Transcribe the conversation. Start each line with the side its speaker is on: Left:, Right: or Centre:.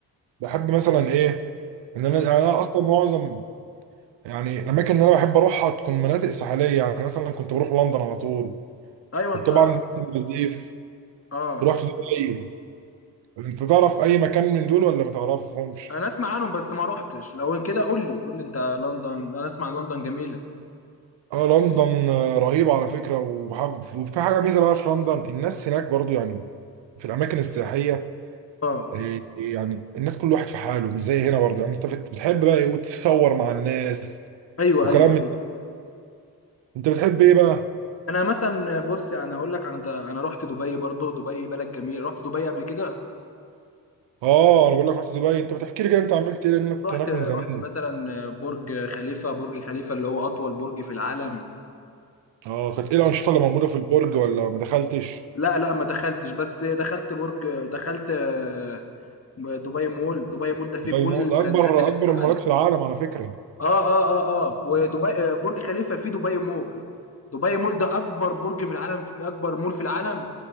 Right: بحب مثلا ايه ان انا
Left: مم.
Right: يعني انا اصلا معظم يعني الاماكن اللي انا بحب اروحها تكون مناطق ساحليه يعني مثلا كنت بروح لندن على طول
Left: ايوه
Right: وطبعا
Left: انت
Right: رحت المالديف
Left: اه
Right: ورحت دبي انت تعرف اي مكان من دول ولا ما تعرفهمش
Left: انا اسمع عنهم بس ما رحتش لو كده قول لي قول لي انت لندن انا اسمع لندن جميله
Right: اه لندن آه، رهيبه على فكره وحب وفي حاجه ميزه بقى في لندن الناس هناك برضو يعني في الاماكن السياحيه
Left: اه
Right: إيه- إيه يعني الناس كل واحد في حاله مش زي هنا برضه يعني انت بت- بتحب بقى ايه وتتصور مع الناس
Left: ايوه
Right: وكلام
Left: ايوه
Right: من
Left: أيوة.
Right: ده انت بتحب ايه بقى
Left: انا مثلا بص انا اقول لك انا انا رحت دبي برضو دبي بلد جميله رحت دبي قبل كده
Right: اه انا بقول لك رحت دبي انت بتحكي لي كده انت عملت ايه لان انا كنت
Left: رحت
Right: هناك
Left: رحت
Right: من زمان
Left: مثلا برج خليفه برج خليفه اللي هو اطول برج في العالم
Right: اه كانت ايه الانشطه اللي موجوده في البرج ولا ما دخلتش
Left: لا لا ما دخلتش بس دخلت برج دخلت آه، دبي مول دبي مول ده فيه
Right: دبي
Left: كل
Right: مول
Left: البراندات
Right: ده اكبر
Left: اللي
Right: اكبر
Left: في العالم
Right: المولات في العالم على فكره
Left: اه اه اه اه ودبي آه، برج خليفه فيه دبي مول دبي مول ده اكبر برج في العالم في اكبر مول في العالم